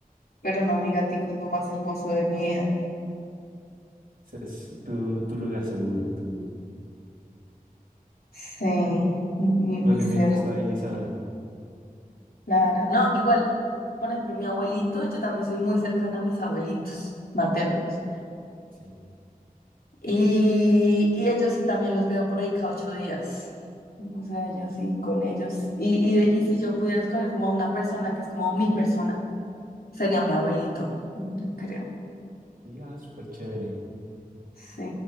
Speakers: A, on the left (about 85°); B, on the right (about 75°).
A: Pero no, mi gatico es lo más hermoso de mi vida.
B: Ese es tu, tu lugar seguro, tu,
A: Sí, mi, mi, mi
B: tu elemento
A: ser.
B: estabilizador.
A: Claro, no, igual, por ejemplo, mi abuelito, yo también soy muy cercana a mis abuelitos maternos.
B: Sí,
A: Y, y ellos sí también los veo por ahí cada ocho días. O sea, yo sí con ellos. Y, y, y si yo pudiera escoger como una persona que es como mi persona, sería mi abuelito, yo creo.
B: sí, ah, súper chévere.
A: Sí.